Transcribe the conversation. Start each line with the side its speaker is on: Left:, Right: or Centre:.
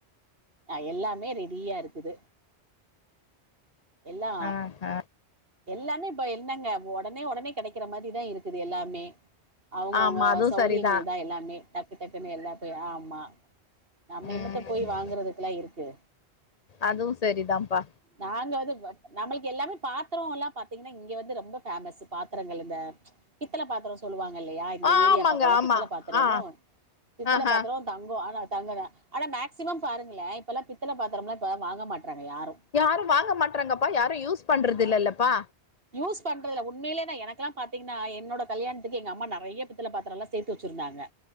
Right: அ எல்லாமே ரெடியா இருக்குது எல்லா
Left: ஆஹா
Right: எல்லாமே இப்ப என்னங்க உடனே உடனே கெடைக்கிற மாரிதா இருக்குது எல்லாமே அவங்கவுங்க
Left: ஆமா அதுவு
Right: சௌரியங்கள்
Left: சரிதா
Right: தா எல்லாமே டக்கு டக்குன்னு எல்லா போய் ஆ மா நம்ம
Left: ம்
Right: என்னத்த போய் வாங்குறதுக்கெல்லா இருக்கு
Left: அதுவு சரிதாம்ப்பா
Right: நாங்க து நம்மளுக்கு எல்லாமே பாத்திரோ எல்லா பாத்தீங்கன்னா இங்க வந்து ரொம்ப பேமஸ் பாத்திரங்கள் இந்த பித்தள பாத்ரோ சொல்லுவாங்க இல்லயா இந்த
Left: ஆமாங்க
Right: ஏரியா பக்கலா
Left: ஆமா
Right: பித்தள பாத்துரமு
Left: ஆ
Right: பித்தள
Left: ஆஹா
Right: பாத்ரோ தங்கோ ஆனா தங்க தா மேக்சிமம் பாருங்களே இப்பல்லா பித்தள பாத்திரோ மெல்லா இப்ப வாங்க மாட்றாங்க யாரும்
Left: யாரு வாங்க மாட்டறாங்கப்பா யாரு யூஸ் பண்றது இல்லல்லப்பா
Right: யூஸ் பண்றதில்ல உண்மைய்லே எனக்கலா பாத்தீங்கன்னா என்னோட கல்யணத்துக்கு எங்க அம்மா நெறைய பித்தள பாத்திரலா சேத்து வச்சுருந்தாங்க